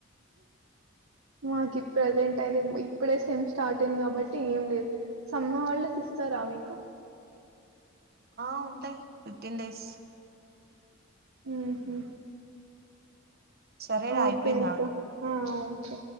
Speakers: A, on the right; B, on the right.
A: మాకు ఈ ప్రజెంట్ అయితే ఇప్పుడే సేమ్ స్టార్ట్ అయింది కాబట్టి ఏం లేదు సమ్మర్ హాలిడేస్ ఇస్తరా మీకు
B: ఆ ఉంటయి ఫిఫ్టీన్ డేస్
A: మ్ హు
B: సరేరా
A: ఓకే
B: అయిపోయిందా
A: అక్క ఆ ఓకే